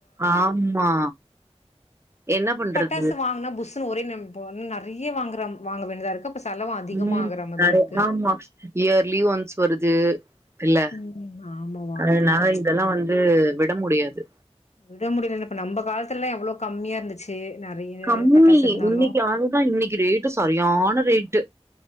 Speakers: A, on the right; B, on the left.
A: ஆமா என்ன பண்றது
B: டாசு வாங்னா புஸ்ஸு ஒரே நம போ நெறைய வாங்ற வாங்க வேண்டியதா இருக்கு அப்ப செலவு அதிகமா
A: உம்
B: ஆகுற மாதிரி
A: நெறைய்
B: இருக்கு
A: ஆமா இயர்லி ஒன்ஸ் வருது இல்ல
B: ம் ஆமா வாங்குறோ
A: அதனால இதெல்லாம் வந்து விட முடியாது
B: விட முடிலன்ன இப்ப நம்ம காலத்துல எல்லாம் எவ்ளோ கம்மியா இருந்துச்சு நெறைய
A: கம்மி
B: பட்டாசு இருந்தாலு
A: இன்னைக்கு ஆதுதான் இன்னைக்கு ரேட்டு சரியான ரேட்டு